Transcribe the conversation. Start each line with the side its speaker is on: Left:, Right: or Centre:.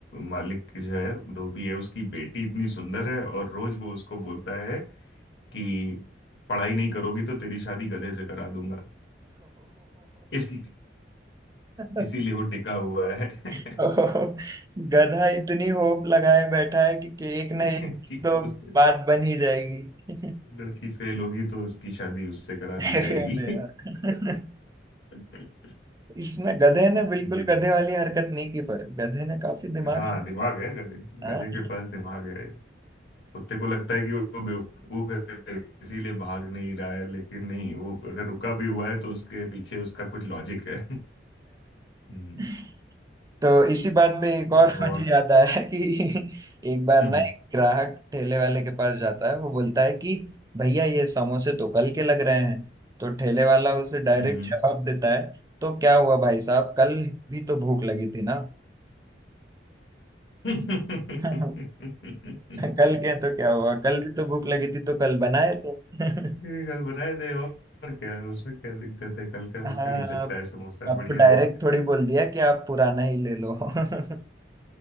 Left: मालिक जो है धोबी है उसकी बेटी इतनी सुंदर है और रोज वो उसको बोलता है कि पढ़ाई नहीं करोगी तो तेरी शादी गधे से करा दूंगा इस
Right: <laughs>
Left: इसीलिए वो टिका हुआ है <laughs>
Right: <laughs> ओहो, गधा इतनी होप लगाए बैठा है कि, कि एक ना
Left: कि
Right: एक दिन तो
Left: उस-
Right: बात बन ही जाएगी
Left: लड़की फेल होगी तो उसकी शादी उससे करा
Right: <laughs>
Left: दी
Right: अरे
Left: जाएगी
Right: यार
Left: <laughs>
Right: इसमें गधे ने बिल्कुल
Left: हम्म,
Right: गधे वाली हरकत नहीं की पर गधे ने काफी दिमाग
Left: हाँ दिमाग है गधे
Right: हाँ
Left: गधे के पास दिमाग है कुत्ते को लगता है कि वो बेवकूफ है इसीलिए भाग नहीं रहा है लेकिन नहीं वो अगर रुका भी हुआ है तो उसके पीछे उसका कुछ लॉजिक है हम्म
Right: <laughs> तो इसी बात पे
Left: तो
Right: एक और <laughs> मुझे
Left: और
Right: याद आया कि एक बार
Left: हम्म
Right: ना एक ग्राहक ठेले वाले के पास जाता है वो बोलता है कि भैया ये समोसे तो कल के लग रहे हैं तो ठेले वाला उसे डायरेक्ट
Left: हम्म
Right: जवाब देता है तो क्या हुआ भाई साहब कल भी तो भूख लगी थी ना
Left: <laughs>
Right: <laughs> कल के तो क्या हुआ कल भी तो भूख लगी थी तो कल बनाए तो <laughs>
Left: ये कल बनाए दे और और क्या है उसमें क्या दिक्कत है कल का हो
Right: हाँ
Left: क्यों नहीं सकता
Right: आप,
Left: है समोसा
Right: आपको
Left: बढ़िया
Right: डायरेक्ट
Left: है
Right: थोड़ी बोल दिया कि आप पुराना ही ले लो <laughs>